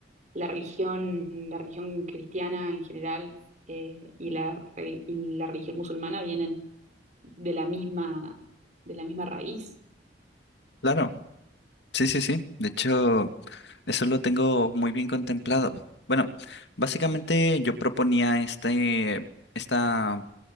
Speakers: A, on the right (about 40°); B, on the left (about 70°).
A: la religión, la religión cristiana en general eh, y la, re- y la religión musulmana vienen de la misma, de la misma raíz.
B: claro. Sí, sí, sí. De hecho, eso lo tengo muy bien contemplado. Bueno, básicamente yo proponía este, esta